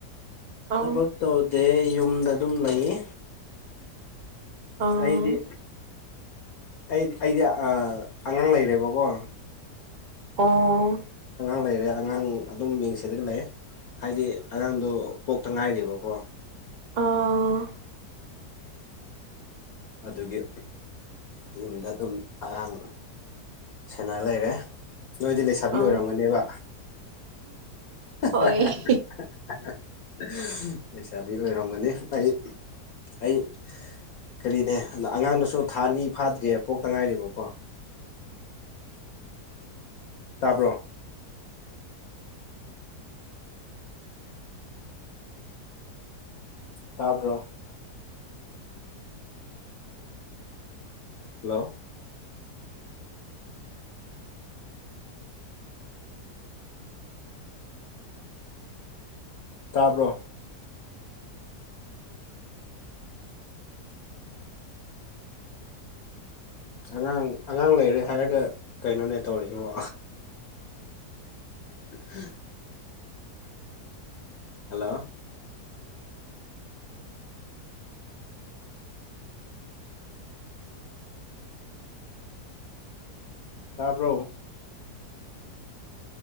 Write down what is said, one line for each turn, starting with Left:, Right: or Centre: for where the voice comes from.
Right: ꯑꯥꯎ
Left: ꯊꯕꯛ ꯇꯧꯗꯦ ꯌꯨꯝꯗ ꯑꯗꯨꯝ ꯂꯩꯌꯦ
Right: ꯑꯥ
Left: ꯑꯩꯗꯤ ꯑꯩ ꯑꯩꯗꯤ ꯑꯥ ꯑꯉꯥꯡ ꯂꯩꯔꯦꯕꯀꯣ
Right: ꯑꯣ
Left: ꯑꯉꯥꯡ ꯂꯩꯔꯦ ꯑꯉꯥꯡ ꯑꯗꯨꯝ ꯌꯦꯡꯁꯤꯂꯒ ꯂꯩꯌꯦ ꯍꯥꯏꯗꯤ ꯑꯉꯥꯡꯗꯣ ꯄꯣꯛꯇ ꯉꯥꯏꯔꯤꯕꯀꯣ
Right: ꯑꯥ
Left: ꯑꯗꯨꯒꯤ ꯌꯨꯝꯗ ꯑꯗꯨꯝ ꯑꯉꯥꯡ ꯁꯦꯟꯅ ꯂꯩꯔꯦ ꯅꯣꯏꯗꯤ ꯂꯩꯁꯥꯕꯤ
Right: ꯑ
Left: ꯑꯣꯏꯔꯝꯒꯅꯦꯕ <unintelligible>
Right: ꯍꯣꯏ
Left: ꯂꯩꯁꯥꯕꯤ ꯑꯣꯏꯔꯝꯒꯅꯤ ꯑꯩ ꯑꯩ ꯀꯔꯤꯅꯦ ꯑꯅ ꯑꯉꯥꯡꯗꯨꯁꯨ ꯊꯥ ꯑꯅꯤ ꯐꯥꯗ꯭ꯔꯤꯌꯦ ꯄꯣꯛꯇ ꯉꯥꯏꯔꯦꯕꯀꯣ ꯇꯥꯕ꯭ꯔꯣ ꯇꯥꯕ꯭ꯔꯣ ꯍꯜꯂꯣ ꯇꯥꯕ꯭ꯔꯣ ꯑꯉꯥꯡ ꯑꯉꯥꯡ ꯂꯩꯔꯦ ꯍꯥꯏꯔꯒ ꯀꯩꯅꯣꯅꯦ ꯇꯧꯔꯤꯁꯤꯕꯣ <unintelligible> ꯍꯜꯂꯣ ꯇꯥꯕ꯭ꯔꯣ